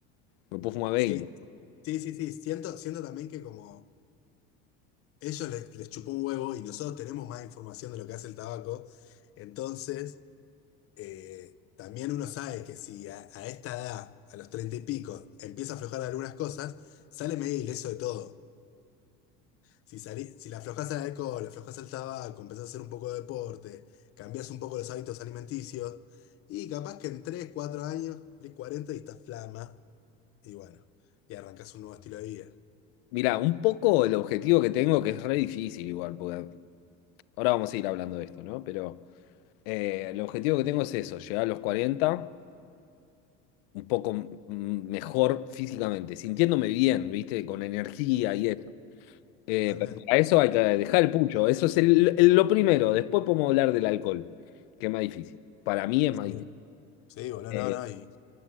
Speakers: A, on the left; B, on the left.
A: me puedo fumar 20.
B: Sí, sí, sí, sí. Siento, siento también que como ellos les, les chupó un huevo y nosotros tenemos más información de lo que hace el tabaco, entonces eh, también uno sabe que si a, a esta edad, a los treinta y pico, empieza a aflojar de algunas cosas, sale medio ileso de todo. Si, salí, si la aflojás al alcohol, le aflojás al tabaco, empezás a hacer un poco de deporte, cambiás un poco los hábitos alimenticios, y capaz que en 3 4 años, cumplís 40 y estás flama, y bueno, y arrancás un nuevo estilo de vida.
A: Mira, un poco el objetivo que tengo, que es re difícil igual, porque ahora vamos a ir hablando de esto, ¿no? Pero eh, el objetivo que tengo es eso, llegar a los 40, un poco mm, mejor físicamente, sintiéndome bien, ¿viste? Con energía
B: Sí,
A: y eso. Eh,
B: totalmente.
A: pero para eso hay que dejar el pucho. Eso es el- el- lo primero. Después podemos hablar del alcohol, que es más difícil. Para mí es
B: Sí,
A: más difícil.
B: sí, boludo,
A: Eh,
B: no, no, y